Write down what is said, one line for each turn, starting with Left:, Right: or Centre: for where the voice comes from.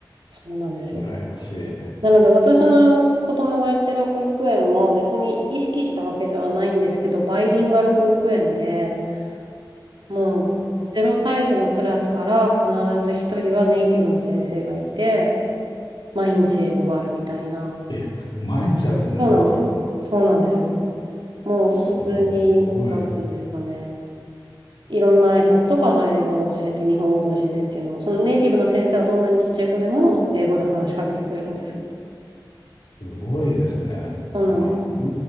Right: そうなんですよ。
Left: 羨ましい。へ
Right: なので、私の子供が行ってる保育園も別に意識したわけではないんですけど、バイリンガル保育園で、もうゼロ歳児のクラスから必ず一人はネイティブの先生がいて、毎日英語があるみたいな。
Left: え、え、毎日あるんですか
Right: そうなんですよ。そうなんです。もう普通に、
Left: すっごい。
Right: なんていうんですかね。いろんな挨拶とかも英語で教えて、日本語で教えてっていうのを、そのネイティブの先生はどんなにちっちゃい子でも英語で話しかけてくれるんです。
Left: すごいですね。
Right: そうなんです。
Left: あ、う、